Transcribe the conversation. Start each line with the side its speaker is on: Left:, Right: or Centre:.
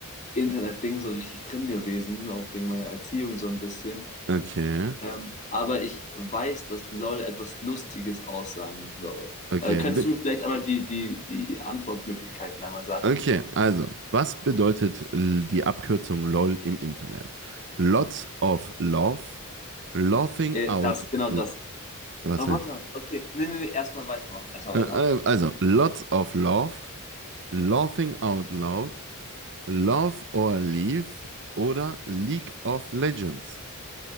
Left: Internet-Ding so richtig drin gewesen, auch wegen meiner Erziehung so ein bisschen.
Right: Okay,
Left: Ähm, aber ich weiß, dass LOL etwas Lustiges aussagen soll.
Right: okay.
Left: Äh, könntest
Right: Wi-
Left: du mir vielleicht einmal die, die, die Antwortmöglichkeiten einmal sagen?
Right: Okay, also, was bedeutet l- die Abkürzung LOL im Internet? Lots of love, laughing
Left: Äh,
Right: out,
Left: das, genau das.
Right: l- was
Left: Aber
Right: denn?
Left: warte, okay. Nee, nee, nee, erstmal weitermachen. Erstmal
Right: Äh,
Left: weitermachen.
Right: äh, also, lots of love, laughing out loud, Love or Leave oder League of Legends?